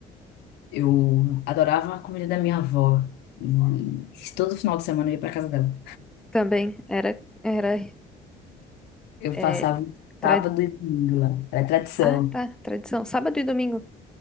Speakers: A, on the left; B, in the centre.
A: Eu adorava a comida da minha avó. E todo final de semana eu ia pra casa dela.
B: também era era
A: Eu
B: é,
A: passava
B: tra-
A: sábado e domingo lá. Era tradição.
B: ah, tá, tradição. Sábado e domingo.